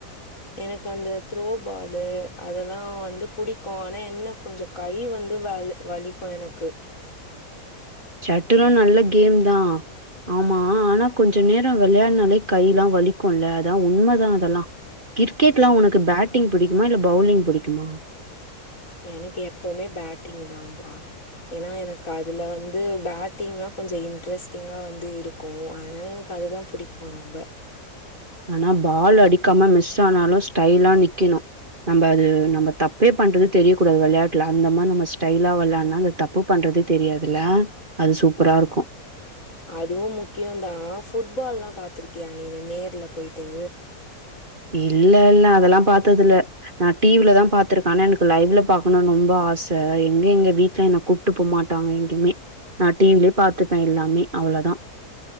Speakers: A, on the left; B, on the right.
A: எனக் அந்த த்ரோபாலு அதெலா வந்து புடிக்கு ஆனா என்ன கொஞ்சோ கை வந்து வந்து வ வலிக்கு எனக்கு
B: ஷாட்டில்லா நல்ல கேம் தா ஆமா ஆனா கொஞ்ச நேரோ வெளயானாலே கைலா வலிக்குல அதா உண்மதா அதெலா கிரிக்கெட்லா உனக்கு பேட்டிங் புடிக்குமா இல்ல பவுலிங் புடிக்குமா
A: எனக்கு எப்பமே பேட்டிங் தான்பா ஏனா எனக் அதுல வந்து பேட்டிங்னா கொஞ்சோ இன்ட்ரெஸ்டிங்கா வந்து இருக்கு அதனால எனக்கு அதுதா புடிக்கு ரொம்ப அ
B: ஆனா பால் அடிக்காம மிஸ் ஸானாலு ஸ்டைலா நிக்கணு நம்ம அது நம்ம தப்பே பண்றது தெரிய கூடாது வெளயாட்ல அந்த மாரி நம்ம ஸ்டைலா வெளயாட்னா அந்த தப்பு பண்ற து தெரியாதுல அது சூப்பராருக்கு
A: அதுவு முக்கியொந்தா ஃபுட்பால்லா பாத்துருக்கியா நீனு நேர்ல போயிட்டு
B: இல்ல இல்ல அதெலா பாத்ததுல்ல நா டிவிலதா பாத்துருக்கே ஆனா எனக்கு லைவ்ல பாக்கணு ரொம்ப ஆ ஆச எங்க எங்க வீட்ல என்ன கூப்ட்டு போமாட்டாங்க எங்கிமே நா டிவிலே பாத்துப்பே எல்லாமே அவ்ள தா